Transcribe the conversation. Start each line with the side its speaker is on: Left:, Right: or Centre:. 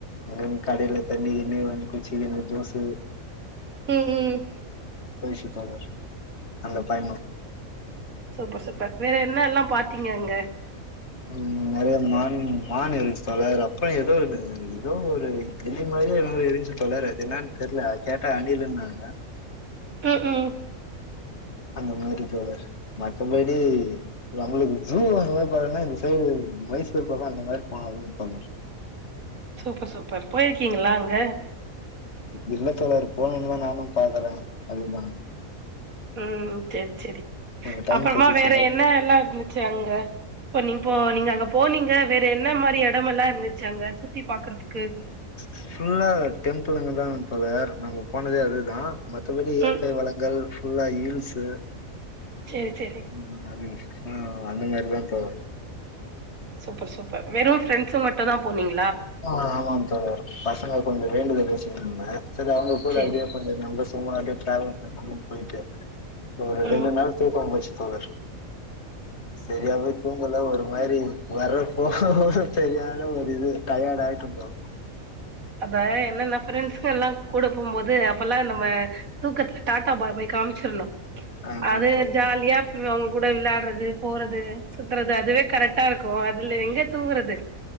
Left: அங்க கடையில தண்ணி தின்னி கூச்சனு ஜூஸ்ஷு
Right: ம் ம்
Left: போயசுத்தோழர் அந்த பயமா
Right: சூப்பர் சூப்பர் வேற என்னல்லா பாத்தீங்க அங்க
Left: ம் நெறைய மான் மான் இருஞ்ச்சு தோழர் அப்புற ஏதோ ஏதோ ஒரு எளி மாரியே இருஞ்சு தோழர் அது என்னன்னு தெரியல கேட்டா அணிலுன்னாங்க
Right: ம் ம்
Left: அந்த மாரி தோழர் மத்தபடி நம்மளுக்கு ஜூ அந்த மாரி பான்னா இந்த சைடு மயசூர் பக்கம் அந்த மாரி போனத தொடரு
Right: சூப்பர் சூப்பர் போயிருக்கீங்களா அங்க
Left: இல்லத்தோழர் போணும்னுதா நானு பாக்குறே அதுதா
Right: ம் சேரி சேரி
Left: கொஞ்சோ டைம்
Right: அப்பறமா
Left: கெடச்சிச்சுன்னா
Right: வேற என்ன எல்லா இருந்துச்சு அங்க இப்ப நீ இப்போ நீங்க அங்க போனீங்க வேற என்ன மாரி எடமல்லா இருந்துச்சு அங்க சுத்தி பாக்குறதுக்
Left: ஸ்கூல்ல டெண்த் வந்தாங்க தோழர் நம்ம போனதே அதுதா மத்தபடி இயற்கை
Right: ம்
Left: வளங்கள் ஃபுல்லா ஹீல்ஸ்சு
Right: சேரி சேரி
Left: ம் அது ஆ அந்த மாரிதா போவோ
Right: சூப்பர் சூப்பர் வெறும் ப்ரண்ட்சு மட்டு தா போனீங்
Left: ஆ ஆமாங்க தோழர் பசங்க கொஞ்ச வேண்டுதலு பொறும்ம சரி அவங்க கூட
Right: சேரி
Left: அப்டியே கொஞ்ச நம்பர்ஸ் சும்மா அப்டியே சேலம் போய் ரூம் போய்ட்டு ஒரு
Right: ம்
Left: ரெண்டு நாள் தூக்கம் போச்சு அவ சரியாவே தூங்கல ஒரு மாரி வர போக தெரியாத ஒரு இது டயர்டா ஆய்ட ப்ரோ
Right: அதா என்னன்ன பிரெண்ட்ஸுங்கல்லா கூட போகும்போது அப்பெல்லா நம்ம தூக்கத்துல டாடா பாய் பாய் காமிசிரனு
Left: ஆமா
Right: அது
Left: தோழர்
Right: ஜாலியாப் அவங்க கூட விளையாடுறது போறது சுத்துறது அதுவே கரெக்டாருக்கு அதுல எங்க தூங்குறது